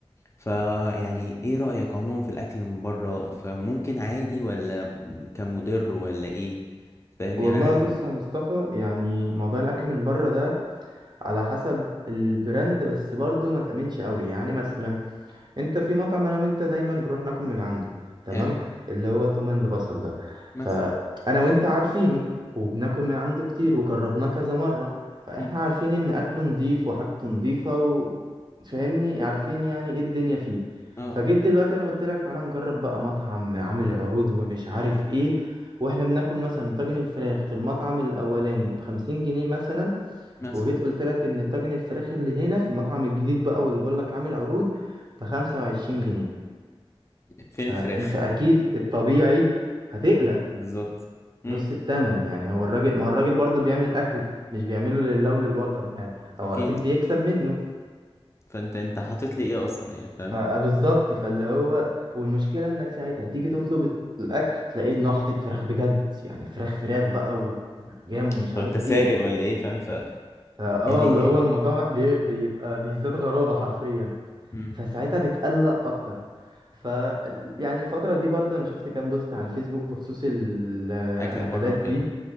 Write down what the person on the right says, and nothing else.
والله
بص يا مصطفى يعني موضوع الاكل من بره ده على حسب البراند بس برضو ما تأمنش قوي يعني مثلا انت في مطعم انا وانت دايما بنروح ناكل من عنده تمام
اللي هو توم اند بصل ده
فانا وانت عارفينه وبناكل من عنده كتير وجربناه كذا مرة فاحنا
عارفين ان اكله نضيف وحاجته نضيفة و... فاهمني عارفين يعني ايه الدنيا فيه
فجيت دلوقتي انا قلت لك تعالى نجرب بقى مطعم عامل عروض ومش عارف ايه واحنا بناكل مثلا طاجن الفراخ في المطعم الاولاني بخمسين جنيه مثلا
وجيت قلت لك ان طاجن الفراخ اللي هنا في المطعم الجديد بقى واللي بقول لك عامل عروض بخمسة وعشرين جنيه
فانت
اكيد الطبيعي هتقلق
نص التمن يعني هو الراجل ما هو الراجل برضه بيعمل اكل مش بيعمله لله وللوطن يعني هو
اكيد بيكسب منه
ف- بالظبط فاللي هو والمشكله انك ساعتها تيجي تطلب الاكل تلاقيه انه حاطط فراخ بجد يعني فراخ فراخ بقى وجام ومش
عارف
ايه
فاه
اللي هو الموضوع بي- بيبقى بيزداد غرابه حرفيا
فساعتها بتقلق اكتر ف يعني الفترة دي برضه انا شفت كام بوست على الفيسبوك بخصوص الاكلات
دي